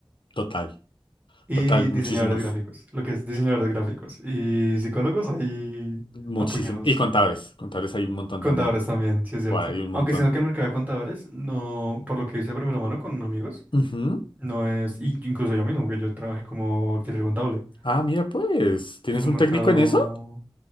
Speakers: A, on the left; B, on the right.
A: Total.
B: y
A: Total.
B: diseñadores
A: Muchísimos.
B: gráficos, lo que es diseñadores gráficos y psicólogos hay
A: Muchísimos.
B: apuñados.
A: Y contadores. Contadores hay un montón
B: Contadores
A: también.
B: también, sí es cierto.
A: Buah, hay un montón.
B: Aunque siento que el mercado de contadores, no, por lo que hice de primera mano con amigos,
A: Ujú.
B: no es, y incluso yo mismo, porque yo trabajé como auxiliar contable.
A: Ah, mira pues, ¿tienes
B: Es un
A: un
B: mercado,
A: técnico en eso?